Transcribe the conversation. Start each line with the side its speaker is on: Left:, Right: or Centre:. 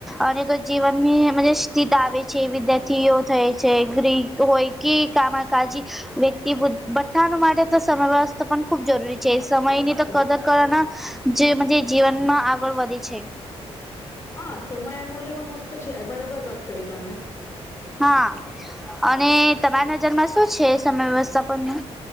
Centre: અને તો જીવનની મ સ્થતા આવે છે વિદ્યાર્થીઓ થાય છે ગ્રીક હોય કે કામકાજી વ્યક્તિ બઠ્ઠાણ માટે સમય વ્યવસ્થા પણ ખૂબ જરૂરી છે સમય ની તો કદર કરવાના જે જીવનમાં આગળ વધે છે.
Left: હા સમય મૂલ્યવાન વસ્તુ છે બરાબર વાત કરી તમે.
Centre: હા અને તમારા નજરમાં શું છે સમય વ્યવસ્થાપ પર નુ.